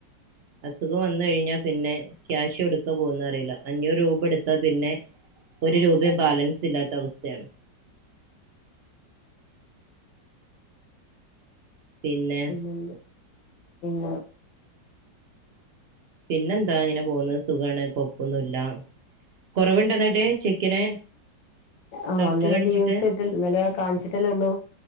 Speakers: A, on the right; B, on the left.
A: അസുഖം വന്ന് കഴിഞ്ഞാ പിന്നെ. ക്യാഷ് എവ്ട്ക്കാ പോവ്വാന്ന് അറീല അഞ്ഞൂറ് രൂപ ട്ത്താ പിന്നെ. ഒരു രൂപയും ബാലൻസ് ഇല്ലാത്ത അവസ്ഥയാണ്. പിന്നെ
B: പിന്നെന്ത്‌ ഉം
A: പിന്നെന്താ ങ്ങനെ പോക്ന്ന് സുഖാണ് കൊയ്പ്പൊന്നുല്ല. കൊറവ്ണ്ടോ ന്നട്ട് ചെക്കന്?
B: ആഹ്
A: ഡോക്ടർ
B: ന്നലെ
A: കാണിച്ചിട്ട്
B: ബിയൂസി ആയിട്ട് ഇന്നലെ കാൺച്ച്ട്ടല്ലേ ഉള്ളൂ.